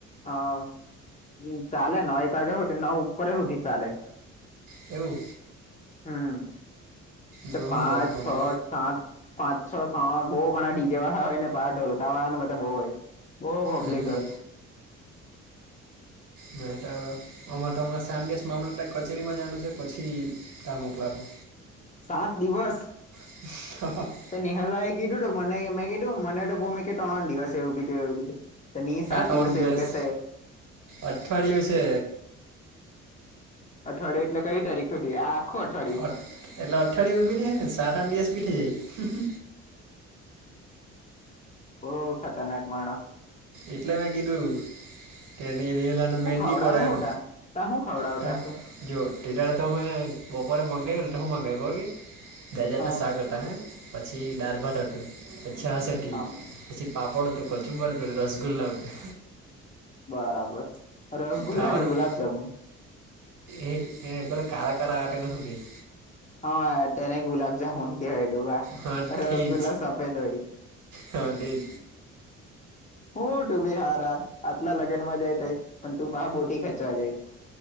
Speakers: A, on the left; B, on the right.
A: અ હમ ચાલે નવ એક વાગે હોધી ન ઉપરે હોઠી ચાલે.
B: જ એવું
A: હમ
B: જોવું
A: પાંચ
B: પછી અમે
A: છ સાત પાંચ છો સાત બહુ ઘણા ડીજે વાળા હોય ને પાાર ઢોલકા વાળા ને બધા બહુ હોય. બહુ પબ્લિક
B: હમ હમ
A: હોય.
B: મે તો અમા તો હમણાં સાત દિવસ મામલતદાર કચેરીમાં જવાનું છે પછી ટા મોકલાવહે.
A: સાત દિવસ
B: <unintelligible>
A: તે નિહલા એ કીધું તુ મને મેં કીધું મને તો ભૂમિકે ત્રણ દિવસ એવું કીધું એવું કીધું તેની સાત
B: ત્રણ
A: દિવસે
B: દિવસ
A: એવુ કેસે.
B: અઠવાડિયું છે.
A: અઠવાડિયુ એટલે કઈ તારીખ હુઘી આ આખું અઠવાડિયું
B: અઠ એટલે અઠવાડયુ બી નીહ સાત આઠ દિવસ બી થઈ જાય
A: બહુ ખતરનાક માણહ
B: એટલે મે કીધું કે <unintelligible> એલે મેડ
A: હું ખવડાવે
B: ની પડેમ
A: હું તા તા હું ખવડાવતા
B: ટા
A: હશે
B: જો તે દાડે તો મેં બપોરે મંગાવ્યું ને તો હું મંગાવ્યું ખબર કે બે જાતના
A: હા
B: શાક હ તા હે પછી ડાળભાટ હતું પછી છાસ હતી
A: હા
B: પછી પાપડ હતું કચુંબર હતું ને રસગુલ્લા હુટા.
A: બરાબર રસગુલ્લા
B: ખાવાનું
A: કે ગુલાબ જામુન
B: એ પે કારા કારા આવે તેને હું કેય?
A: હા તેને ગુલાબ જામુન કહેવાય ડોબા
B: હા
A: રસગુલ્લા
B: તેજ
A: સફેદ હોય.
B: હા તેજ.
A: હું તું બી હારા આતલા લગ્ન માં જાય તોય. પણ તું પાહા બોટી ખેચવા જાય.